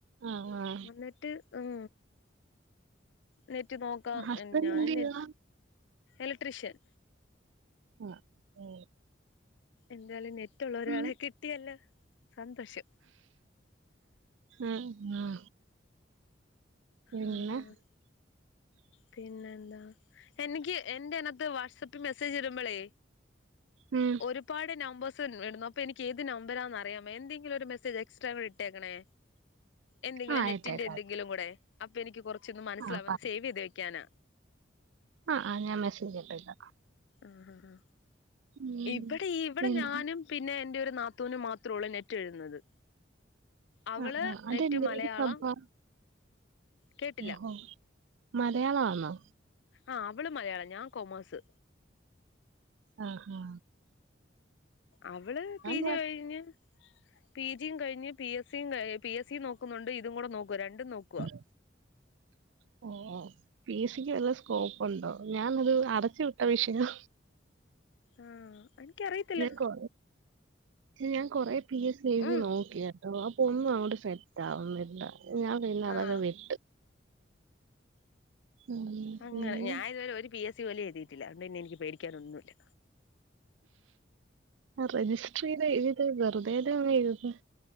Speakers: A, on the right; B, on the left.
A: ആ ആ
B: വന്നിട്ട് ഉം നെറ്റ് നോക്കാം
A: ഹസ്ബൻഡ്
B: ഞാനും
A: എന്ത് ചെയ്യുവാ
B: നെ എലക്ട്രീഷ്യൻ
A: ആഹ് ഏ
B: എന്തായാലും നെറ്റുള്ള ഒരാളെ
A: ഉം,
B: കിട്ടിയല്ലോ സന്തോഷം
A: ഉം ഉം പിന്നെ
B: ആഹ് ആഹ്
A: <inaudible>
B: പിന്നെ എന്താ എനിക്ക് എന്റെ അനത്ത് വാട്സ്ആപ്പിൽ മെസ്സേജ് ഇടുമ്പളേ
A: ഉം,
B: ഒരു പാട് നമ്പേഴ്സ് വരുന്നു അപ്പൊ എനിക്ക് ഏത് നമ്പരാന്ന് അറിയാൻ വയ്യ എന്തെങ്കിലും മെസേജ് എക്സ്ട്രാ കൂടെ ഇട്ടേക്കണേ
A: <inaudible>
B: എന്തെങ്കിലും
A: ആ ആയിട്ടേക്കാം
B: നെറ്റിന്റെ എന്തെങ്കിലും
A: കാ-
B: കൂടെ അപ്പൊ എനിക്ക് കുറച്ചൊന്ന് മനസ്സിലാവൻ
A: ആ
B: സേവ് ചെയ്ത് വെക്കാനാ
A: ആഹ് ആഹ് ഞാൻ മെസേജ് ഇട്ടേക്കാം
B: ആഹ് ഹ ഹാ
A: ഉം,
B: ഇവിടെ ഇവിടെ
A: പിന്നെ
B: ഞാനും പിന്നെ എന്റെ ഒരു നാത്തൂനും മാത്രള്ളൂ നെറ്റ് എഴതുന്നത് അവള്
A: ആ ആ അതെന്തേത്
B: നെറ്റ് മലയാളം
A: സംഭവാ
B: കേട്ടില്ല
A: ഓഹോ മലയാളവാന്നാ
B: ആഹ് അവള് മലയാളം ഞാൻ കോമേഴ്സ്
A: ആഹ് ആഹ്
B: അവള് പി
A: മ
B: ജെ കഴിഞ്ഞ് പി ജിയും കഴിഞ്ഞ് പി എസ്സിയും പി എസ് സിയും നോക്കുന്നുണ്ട് ഇതും കൂടെ നോക്കുവ രണ്ടും നോക്
A: <inaudible> പി സിക്ക് വല്ല സ്കോപ്പ് ഉണ്ടോ ഞാനത് അടച്ചു വിട്ട വിഷയവ
B: ആഹ് എനിക്കറിയത്തില്ല
A: ഞാൻ കൊ ഞാൻ കൊറേ പി എസ് സി എഴുതി
B: ഉം
A: നോക്കിയാര് ഓ അപ്പൊ ഒന്നും അങ്ങോട്ട് സെറ്റ് ആവുന്നില്ല ഞാൻ പിന്നെ അതങ്ങ്
B: ആഹ്
A: വിട്ട് ഉം
B: അങ്ങനെ
A: പിന്നെ
B: ഞാനിതുവരെ ഒരു പി എസ് സി പോലും എഴുയിട്ടില്ല അതുകൊണ്ടെനിക്ക് പേടിക്കാനൊന്നുമില്ല
A: രജിസ്റ്റർ ചെയ്ത ഇതില് വെറുതെ <unintelligible>